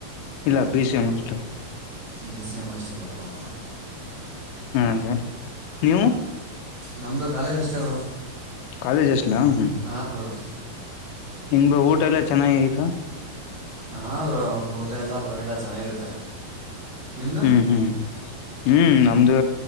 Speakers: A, on the left; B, on the right.
A: ಇಲ್ಲ B C M ಹಾಸ್ಲು.
B: B C M hostel ಉ.
A: ಅದೇ. ನೀವು
B: ನಮ್ದು ಕಾಲೇಜ್ ಹಾಸ್ಟೆಲ್ ಬ್ರೋ.
A: ಕಾಲೇಜ ಹಾಸ್ಟೆಲಾ ಹ್ಮ.
B: ಹಾಂ ಬ್ರೋ
A: ನಿಮ್ದು ಊಟ ಎಲ್ಲಾ ಚೆನ್ನಾಗ ಆಯತಾ.
B: ಹಾ ಬ್ರೋ ಊಟ ಎಲ್ಲ ಪರ್ವಾಗಿಲ್ಲ ಚೆನ್ನಾಗಿರುತ್ತೆ. ನಿಮ್ಮದು
A: ಹ್ಮ್ ಹ್ಮ್ ಹ್ಮ್ ನಮ್ದ್